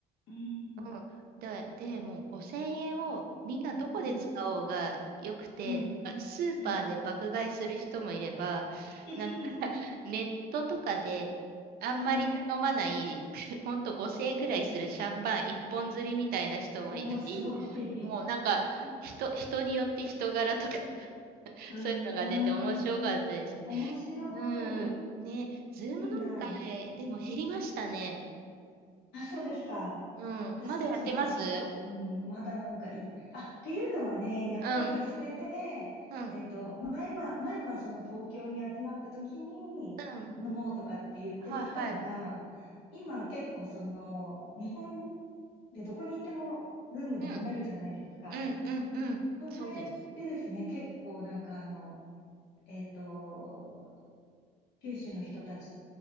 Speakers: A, on the left; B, on the right.
A: うん、
B: うんで、でもう5000円をみんなどこで使おうがよくて、
A: うん、うん、
B: あスーパーで爆買いする人もいれば、
A: うん。<laughs>
B: なんか <laughs> ネットとかであんまり頼まない、
A: うん。
B: <laughs> ほんと5000円ぐらいするシャンパン一本釣りみたいな人もいたり、
A: おー、すごい。
B: もうなんか人、
A: <laughs>
B: 人によって人柄とか <laughs>
A: うー
B: そういうのが出て面白かったですね。
A: ん。面白い。
B: うん。ね、ズーム飲み会でも減りましたね。
A: いいな。あ、そうですか。
B: うん。
A: 私たちね、
B: まだやってます
A: なんか、うん、まだなんかい、あ、っていうのはね、やっぱりそれで、
B: うん。うん。
A: えっと、前は、前はその東京に集まった時に
B: うん。
A: 飲もうとかって言っていたのが、
B: はいはい。
A: 今結構その、日本でどこにいても、ズームで飲めるじゃないですか。
B: うん。うんうんうん。
A: それでですね、
B: そうです。
A: 結構なんかあの、えっと、九州の人たち